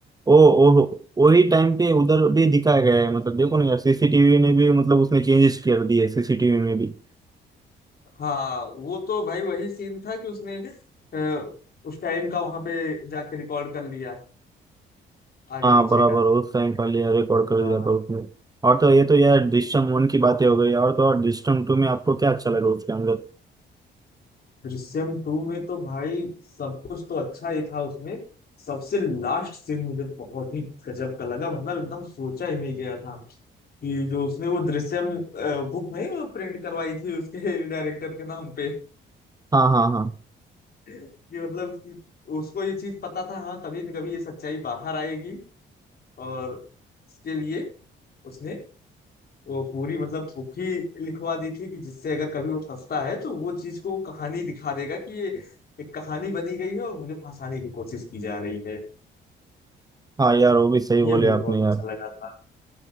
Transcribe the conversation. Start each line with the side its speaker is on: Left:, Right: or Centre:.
Right: वो वो वही टाइम पे उधर भी दिखाया गया है मतलब देखो ना यार सीसीटीवी ने भी मतलब उसने चेंजेस कर दिए सीसीटीवी में भी
Left: हाँ वो तो भाई वही सीन था कि उसने अ, उस टाइम का वहां पे जाके रिकॉर्ड कर लिया आगे
Right: हाँ
Left: पीछे
Right: बराबर
Left: का
Right: उस टाइम का लिया रिकॉर्ड कर
Left: हाँ।
Right: दिया था उसने और तो ये तो यार दृश्यम वन की बातें हो गई और तो और दृश्यम टू में आपको क्या अच्छा लगा उसके अंदर
Left: दृश्यम टू में तो भाई सब कुछ तो अच्छा ही था उसमें सबसे लास्ट सीन मुझे बहुत ही गजब का लगा मतलब एकदम सोचा ही नहीं गया था कि जो उसने वो दृश्यम बुक नहीं वो प्रिंट करवाई थी उसके डायरेक्टर के नाम पे
Right: हाँ हाँ हाँ
Left: कि मतलब कि उसको ये चीज पता था हाँ कभी न कभी ये सच्चाई बाहर आएगी और इसके लिए उसने वो पूरी मतलब थोपी लिखवा दी थी कि जिससे अगर कभी वो फंसता है तो वो चीज को वो कहानी दिखा देगा कि ये एक कहानी बनी गई है और मुझे फंसाने की कोशिश की जा रही है
Right: हाँ यार वो भी सही
Left: ये
Right: बोले
Left: मुझे बहुत
Right: आपने यार
Left: अच्छा लगा था